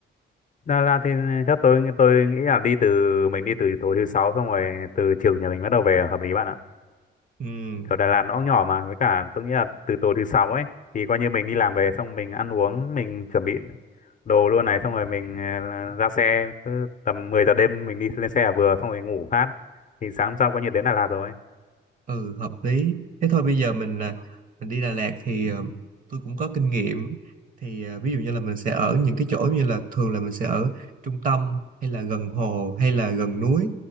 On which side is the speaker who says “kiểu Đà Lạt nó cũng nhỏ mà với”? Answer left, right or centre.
Left